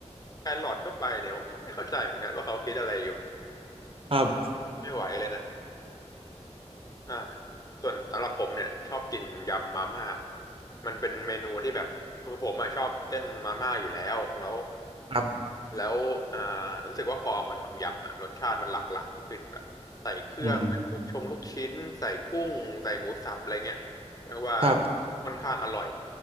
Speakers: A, on the left; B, on the right.
A: แครอทเข้าไปเนี่ยผมก็ไม่เข้าใจเหมือนกันว่าเขาคิดอะไรอยู่
B: <laughs> ครับ
A: ไม่ไหวเลยนะอ่าส่วนสำหรับผมเนี่ยชอบกินยำมาม่ามันเป็นเมนูที่แบบคือผมอะชอบเต้นมาม่าอยู่แล้วแล้ว
B: ครับ
A: แล้วอ่ารู้สึกว่าพอมาทำยำอ่ะรสชาติมันหลากหลายขึ้นแบบใส่เครื่องเป็นลูกชงลูกชิ้นใส่กุ้งใส่หมูสับอะไรเงี้ยเรียกว่า
B: อืมครับ
A: ค่อนข้างอร่อย